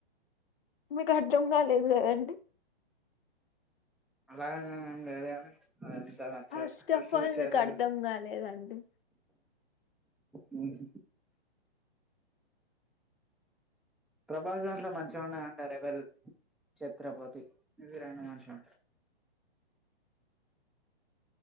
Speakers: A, on the left (about 60°); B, in the centre.
A: మీకు అర్థం కాలేదు కదండి
B: అలా <unintelligible> లేదే అదంతా నచ్చలే
A: ఫస్ట్
B: అవి
A: ఆఫ్
B: సూచరు
A: ఆల్ మీకు అర్థం కాలేదండి
B: ఉమ్ ప్రభాస్ దాంట్లో మంచిగా ఉన్నాయి అంట రెబల్ ఛత్రపతి ఇవి రెండు మంచిగా ఉంటాయి